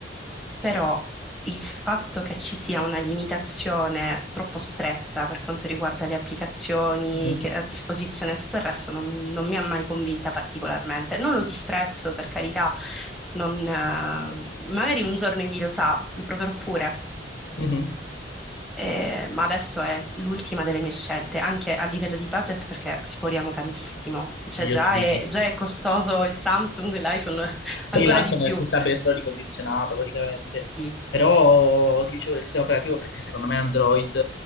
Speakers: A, in the centre; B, on the left.
A: però il fatto che ci sia una limitazione troppo stretta per quanto riguarda le applicazioni
B: Mhm.
A: che- a disposizione e tutto il resto non, non mi ha mai convinta particolarmente. Non lo disprezzo, per carità, non, eh, magari un giorno chi lo sa, lo proverò pure.
B: Mhm.
A: Eh, ma adesso è l'ultima delle mie scelte, anche a livello di budget perché sforiamo tantissimo, cioè
B: Io
A: già
B: sì.
A: è, già è costoso il Samsung, l'iPhone <laughs> ancora
B: Sì, l'iPhone
A: di più.
B: è acquistabile solo ricondizionato praticamente,
A: Sì,
B: però ti dicevo del sistema operativo perché secondo me Android,